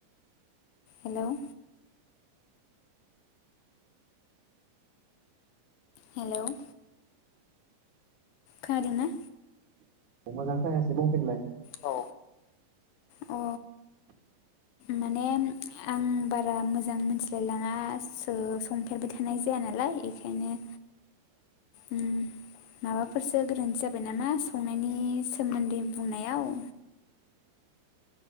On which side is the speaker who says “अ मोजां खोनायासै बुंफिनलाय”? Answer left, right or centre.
Right